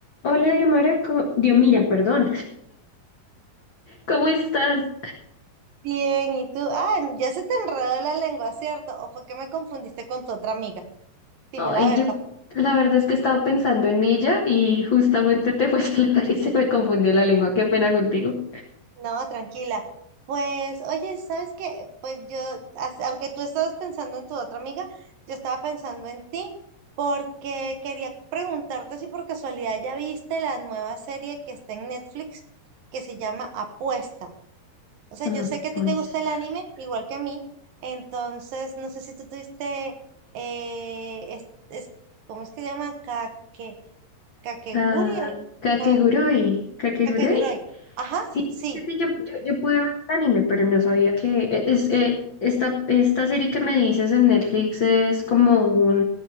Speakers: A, on the left; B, on the right.
A: Hola, Diomara, co- Diomira, perdón. <laughs> ¿Cómo estás?
B: Bien, ¿y tú? Ah, ya se te enredó la lengua, ¿cierto? ¿O fue que me confundiste con tu otra amiga? Dime
A: Ay,
B: la verdad.
A: yo la verdad es que estaba pensando en ella y justamente te fue a <laughs> saludar y se me confundió la lengua. Qué pena contigo.
B: No, tranquila. Pues, oye, ¿sabes qué? Pues yo, as- aunque tú estabas pensando en tu otra amiga, yo estaba pensando en ti porque quería preguntarte si por casualidad ya viste la nueva serie que está en Netflix que se llama Apuesta. O sea,
A: Ah,
B: yo sé que a
A: pues
B: ti te gusta
A: está.
B: el anime, igual que a mí. Entonces, no sé si tú tuviste, eh, es- es- ¿cómo es que se llama? Kake, Kakeguri,
A: Ka-
B: al-
A: Kakegurui.
B: Ka-
A: ¿Kakegurui?
B: Kakeguroi. Ajá,
A: Sí,
B: sí.
A: sí, sí, yo, yo, yo pude ver el anime, pero no sabía que e- es eh, esta, esta serie que me dices en Netflix es como un